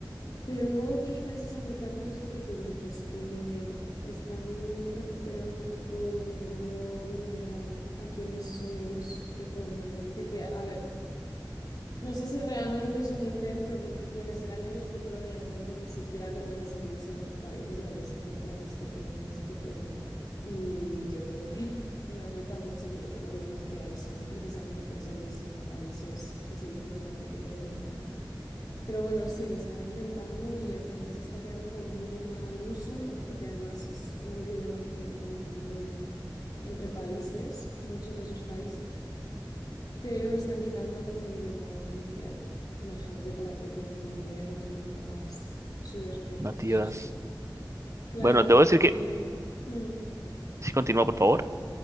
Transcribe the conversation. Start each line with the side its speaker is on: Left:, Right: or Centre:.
Left: Pero luego otros países africanos es lo que tú dices, que están recuperando un poco, intentando volver a, a quienes son ellos precolonialmente, que a ver, no sé si realmente es un intento, porque quienes eran ellos precolonialmente ni siquiera tenían esa división por países. La división por países que tienen es precolonial. Y yo creo que <laughs> en África muchos de los problemas que hay son precisamente por esa división en países que se hizo durante el periodo colonial. Pero bueno, sí, lo están intentando y el francés está quedando como un idioma al uso, ¿no? Porque además es el único idioma que tienen en común entre países, muchos de esos países pero lo están quitando como de idioma oficial. Imagino que para promover las lenguas suyas propias,
Right: nativas.
Left: eso sí. Claro,
Right: Bueno, debo decir
Left: y...
Right: que...
Left: hmm.
Right: si continúa, por favor.